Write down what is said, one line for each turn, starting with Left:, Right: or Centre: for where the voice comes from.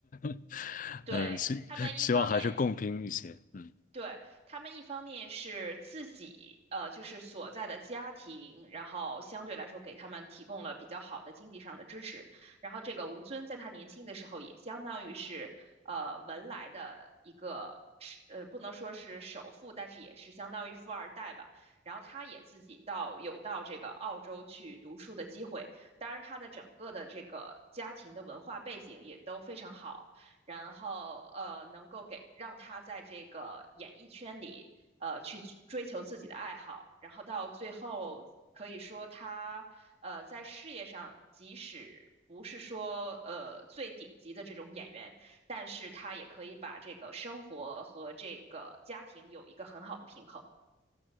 Left: <laughs>
Right: 对，
Left: 嗯，希希望还是共平一些。
Right: 他们一方面
Left: 嗯，
Right: 对，他们一方面是自己，呃，就是所在的家庭，然后相对来说给他们提供了比较好的经济上的支持。然后这个吴尊在他年轻的时候也相当于是，呃，文莱的一个是，呃，不能说是首富，但是也是相当于富二代吧。然后他也自己到有到这个澳洲去读书的机会，当然他的整个的这个家庭的文化背景也都非常好。然后呃，能够给让他在这个演艺圈里呃去追求自己的爱好，然后到最后可以说他呃在事业上即使。不是说呃最顶级的这种演员，但是他也可以把这个生活和这个家庭有一个很好的平衡。